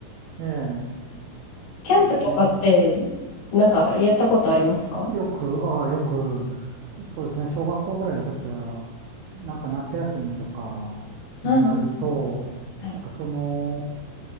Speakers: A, on the right (about 80°); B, on the left (about 65°).
A: えー
B: キャンプとかって、
A: そうですね。
B: なんかやったことありますか
A: よく、ああ、よく、そうですね。小学校ぐらいの時は、なんか夏休みとかになると、
B: ああ、はい。
A: なんかその、